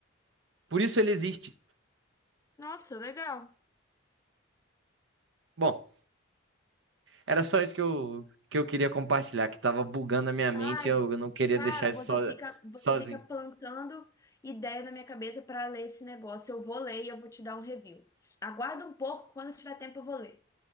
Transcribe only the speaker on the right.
Por isso ele existe.
Bom, era só isso que eu, que eu queria compartilhar, que tava bugando a minha mente
e eu eu não queria
deixar isso
so-
sozinho.